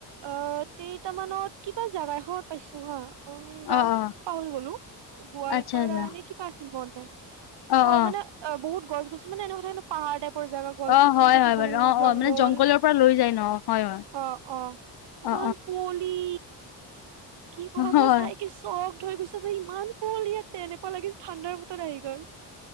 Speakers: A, on the right (about 85°); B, on the left (about 65°).
A: অ', কেইটামানত কিবা জাগা এখনত পাইছোঁ হা, উম নাম
B: অ', অ',
A: পাহৰি গলোঁ। গোৱালপাৰা
B: আচ্ছা, আচ্ছা।
A: এনে কিবা আছিল মন নাই
B: অ',
A: তাৰ
B: অ'।
A: মানে বহুত গছ-গছনি মানে, এনেকথা এক পাহাৰ টাইপৰ জাগা। গছ
B: অ
A: গছনি
B: হয়
A: থাকে,
B: হয়
A: বহুত
B: বাৰু অ
A: জংঘল
B: অ মানে জংঘলৰ পৰা লৈ যায় ন হয় হয়
A: অ', অ'। ইমান
B: অ
A: কুঁৱলি কি ক'বা
B: অ হয়
A: মই চাইকে চকদ হৈ গৈছোঁ। তাতে ইমান কুঁৱলী আছে এনেকুৱা লাগিল ঠাণ্ডাৰ বতৰত আহি গ'ল।